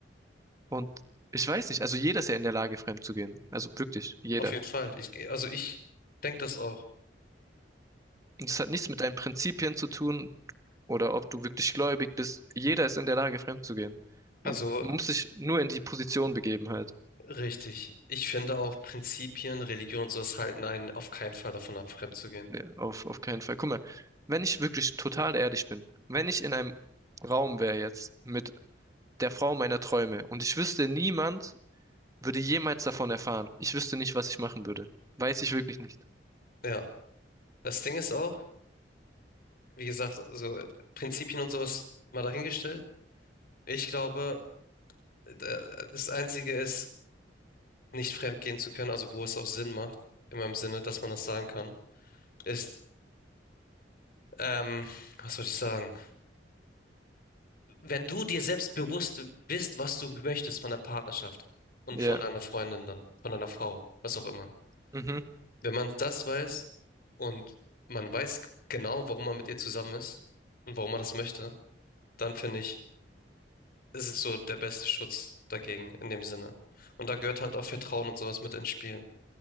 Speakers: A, on the right; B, on the left.
A: Und ich weiß nicht, also jeder ist ja in der Lage, fremd zu gehen. Also wirklich, jeder.
B: auf jeden Fall. Ich, also ich denke das auch.
A: Und das hat nichts mit deinen Prinzipien zu tun oder ob du wirklich gläubig bist. Jeder ist in der Lage, fremd zu gehen.
B: Also
A: Und man muss sich nur in die Position begeben halt.
B: richtig. Ich finde auch Prinzipien, Religion und sowas halten einen auf keinen Fall davon ab, fremd zu gehen.
A: Nee, auf, auf keinen Fall. Guck mal, wenn ich wirklich total ehrlich bin, wenn ich in einem Raum wäre jetzt mit der Frau meiner Träume und ich wüsste, niemand würde jemals davon erfahren. Ich wüsste nicht, was ich machen würde. Weiß ich wirklich nicht.
B: Ja. Das Ding ist auch, wie gesagt, so Prinzipien und sowas mal dahingestellt. Ich glaube, da- das Einzige ist, nicht fremd gehen zu können, also wo es auch Sinn macht, in meinem Sinne, dass man das sagen kann, ist, ähm, was soll ich sagen? wenn du dir selbst bewusst bist, was du möchtest von der Partnerschaft und
A: Ja.
B: von einer Freundin dann, von einer Frau, was auch immer.
A: Mhm.
B: Wenn man das weiß und man weiß genau, warum man mit ihr zusammen ist und warum man das möchte, dann finde ich, ist es so der beste Schutz dagegen in dem Sinne. Und da gehört halt auch Vertrauen und sowas mit ins Spiel.